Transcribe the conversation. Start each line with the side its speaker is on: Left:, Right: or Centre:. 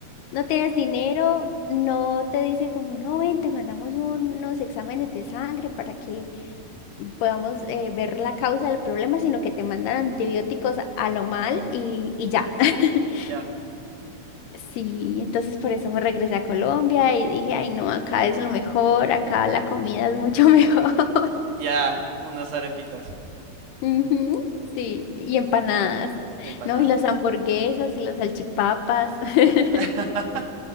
Left: no tienes dinero, no te dicen como, no, ven, te mandamos unos exámenes de sangre para que podamos eh, ver la causa del problema, sino que te mandan antibióticos a a lo mal y, y ya. <laughs>
Right: Ya.
Left: Sí, entonces por eso me regresé a Colombia y dije, ay, no, acá es lo mejor, acá la comida es mucho mejor.
Right: Ya, unas arepitas,
Left: <laughs> Ujú, Sí, y empanadas,
Right: empanadas.
Left: no, y las hamburguesas y las salchipapas. <laughs>
Right: <laughs>